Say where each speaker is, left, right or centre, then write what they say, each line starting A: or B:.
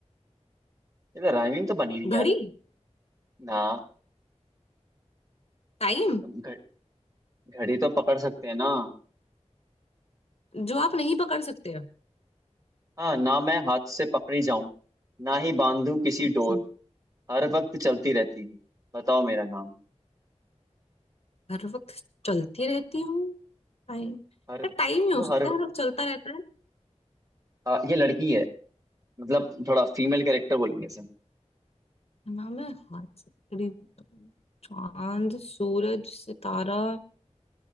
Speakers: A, on the right (about 30°); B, on the left (about 60°).
A: ये तो राइमिंग तो बनी नहीं
B: घड़ी
A: यार ना
B: टाइम
A: घ- घड़ी तो पकड़ सकते हैं ना
B: जो आप नहीं पकड़ सकते
A: हाँ ना मैं हाथ से पकड़ी जाऊं ना ही बांधू किसी
B: अच्छा
A: डोर हर वक्त चलती रहती हूँ बताओ मेरा नाम
B: हर वक्त चलती रहती हूँ टाइम
A: हर
B: टाइम ही हो
A: वो
B: सकता
A: हर
B: है हर वक्त चलता रहता है
A: आ, ये लड़की है मतलब थोड़ा फीमेल कैरेक्टर बोलेंगे इसे
B: ना मैं हाथ से पकड़ी- चांद सूरज सितारा